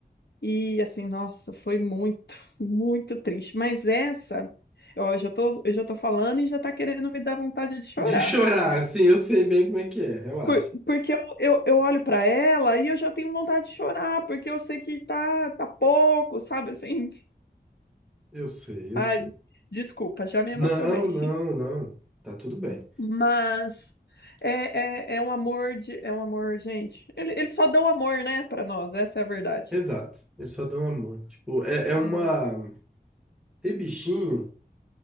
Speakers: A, on the left; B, in the centre.
A: E assim, nossa, foi muito, muito triste. Mas essa, ó, eu já tô, eu já tô falando e já tá querendo me dar vontade de chorar.
B: De chorar, assim, eu sei bem como é que é, relaxa.
A: Por- porque eu, eu, eu olho pra ela e eu já tenho vontade de chorar, porque eu sei que tá, tá pouco, sabe assim? <laughs>
B: Eu sei,
A: Ai,
B: eu sei.
A: desculpa, já me emocionei.
B: Não, não,
A: <laughs>
B: não. Tá tudo bem.
A: Mas é, é, é um amor de, é um amor, gente. Ele, ele só dá o amor, né, pra nós, essa é a verdade,
B: Exato. Eles só dão amor. Tipo, é, é uma.
A: né?
B: Ter bichinho.